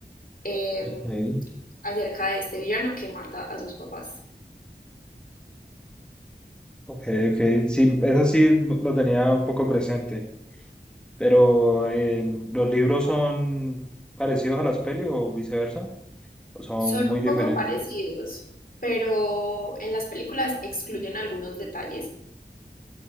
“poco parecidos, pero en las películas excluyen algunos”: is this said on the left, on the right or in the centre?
Left